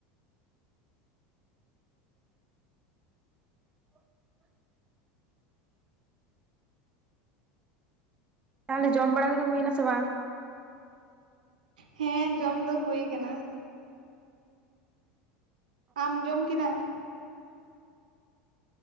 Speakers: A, on the right; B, on the right.
A: <inaudible> ᱛᱟᱦᱚᱞᱮ ᱡᱚᱢ ᱵᱟᱲᱟ ᱠᱚᱫᱚ ᱦᱩᱭᱱᱟ ᱥᱮ ᱵᱟᱝ?
B: ᱦᱮᱸ ᱡᱚᱢ ᱫᱚ ᱦᱳᱭ ᱠᱟᱱᱟ᱾ ᱟᱢ ᱡᱚᱢ ᱠᱮᱫᱟ?